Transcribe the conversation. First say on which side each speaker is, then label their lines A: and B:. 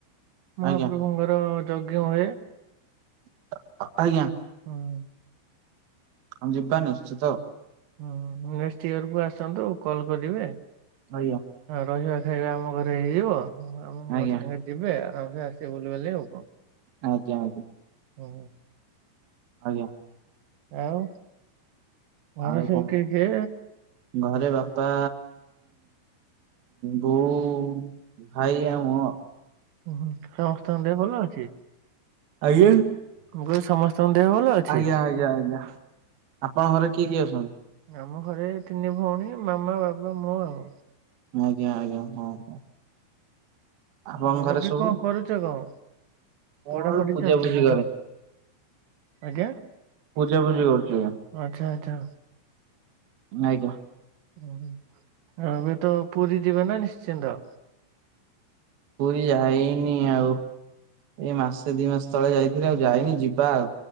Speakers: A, on the right; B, on the right.
A: ମହାପ୍ରଭୁଙ୍କର
B: ଆଜ୍ଞା
A: ଯଜ୍ଞ ହୁଏ।
B: <unintelligible> ଆଜ୍ଞା
A: ହଁ।
B: ଆମ ଯିବା ନିଶ୍ଚିତ।
A: ହୁଁ ନେକ୍ସଟ ଇୟର କୁ ଆସନ୍ତୁ କଲ୍ କରିବେ।
B: ଆଜ୍ଞା।
A: ରହିବା ଖାଇବା ଆମ ଘରେ ହେଇଯିବ
B: ଆଜ୍ଞା
A: <unintelligible> ଯିବେ ଆରାମସେ ଆସେ ବୁଲ ବଲି ଆଉ।
B: ଆଜ୍ଞ ଆ
A: ହୁଁ।
B: ଆଜ୍ଞା।
A: ଆଉ। ଘରେ
B: ଆଉ
A: ସବୁ
B: କଣ
A: କିଏ କିଏ
B: ଘରେ ବାପା ବୋଉ ଭାଇ ଆମ
A: ଉଁ ହୁଁ ସମସ୍ତଙ୍କ ଦେ ଭଲ ଅଛି।
B: ଆଜ୍ଞା।
A: ମୁଁ କହିଲି ସମସ୍ତଙ୍କ ଦେହ ଭଲ ଅଛି।
B: ଆଜ୍ଞା ଆଜ୍ଞା ଆଜ୍ଞା ଆପଣଙ୍କ ଘରେ କିଏ କିଏ ଅଛନ୍ତି।
A: ଆମ ଘରେ ତିନି ଭଉଣୀ ମାମା ବାବା ମୁଁ ଆଉ।
B: ଆଜ୍ଞା ଆଜ୍ଞା ହଁ। ହଁ। ଆପଣଙ୍କ
A: ହଁଁ
B: ଘରେ
A: ଏବେ
B: ସବୁ
A: କଣ କରୁଛ କଣ?
B: ମୁଁ
A: ପଢାପଢି
B: ଏବେ ପୂଜା
A: ଚାଲିଛି
B: ପୂଜି
A: ନା
B: କରେ
A: କଣ? ଆଜ୍ଞା
B: ପୂଜା ପୂଜି କରୁଛି ଏବେ
A: ଆଚ୍ଛା ଆଚ୍ଛା।
B: ନାଇକା।
A: ଓ ଏବେ ତ ପୁରୀ ଯିବେ ନା ନିଶ୍ଚିନ୍ତ।
B: ପୁରୀ ଯାଇନି ଆଉ ଏଇ ମାସେ ଦି ମାସ ତଳେ ଯାଇଥିଲି ଆଉ ଯାଇନି ଯିବା ଆଉ।